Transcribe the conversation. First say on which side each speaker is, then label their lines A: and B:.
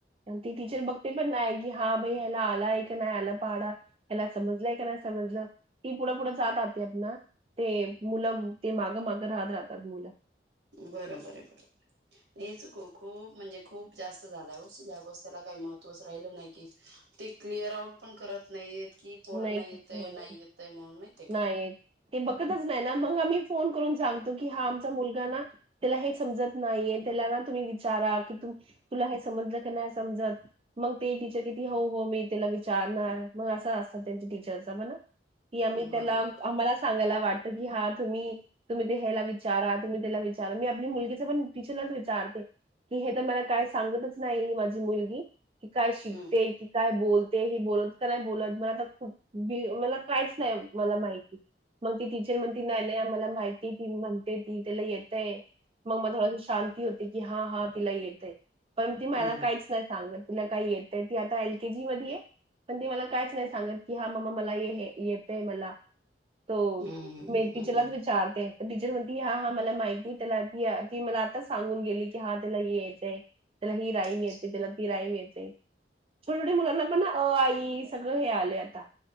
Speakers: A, on the right; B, on the right.
A: तीच बघते पण नाही ही हा भई हला आला एक आला पाहाडा एला समजलायक समजलं की पुढं पुढं जात राहते आप ते मुलं ते मागं मागं राहत राहतात मुलं
B: बरोबर आहे, बरोबर हे चुक खूप म्हणजे खूप जास्त झाला हो सिलबस त्याला काही महत्त्वच राहिलं नाही की ते क्लिअर आउट पण करत नाही कि पोरांना
A: नाही का
B: येतय नाही येतय म्हणून माहिते
A: नाही
B: का
A: येत. ते बघतच नाही ना मग आम्ही फोन करून सांगतो की हा आमचा मुलगा ना त्याला हे समजत नाहीये त्याला ना तुम्ही विचारा कि तुला हे समजलं की नाही समजत मग ते टीचर किती हो हो मी त्याला विचारणार मग असं अस त्यांची टीचर्स पण कि आम्ही
B: बरोबर
A: त्याला आम्हाला सांगायला वाटत की हा तुम्ही तुम्ही ते ह्यायला वि विचारा तुम्ही त्याला विचारा मी आपली मुलगीच पण टीचरलाच विचारते की हे तर मला काय सांगतच नाही माझी मुलगी की काय शिकते
B: हम्म
A: की काय बोलते ते ह बोलत का नाही बोलत मला तर ख मला काहीच नाही मला माहिती मग ती टीचर म्हण त नल मला माहिती ती म्हण ती तिला येतय मग मग थोडशी शांती होती की हा हा तिला येतय पण ती मला
B: हम्म
A: काहीच नाही सांगत. तुला काही येत तर ती आता एल के जी मध्ये आहे पण ती मला कायच नाही सांगत. कि हा ममा मला हे येतय मला. तो
B: हम्म
A: मी टीचरलाच
B: हम्म
A: विचारते. टीचर म्हणती हा हा मला माहिती त्याला ती ती मला आता सांगून गेली की हा त्याला हे येतंय. त्याला ही राईम
B: अच्छा
A: येते त्याला ती राईम ये ते. छोट्या छोटे मुलांना पण अ आ इ सगळं हे आलय आ ता,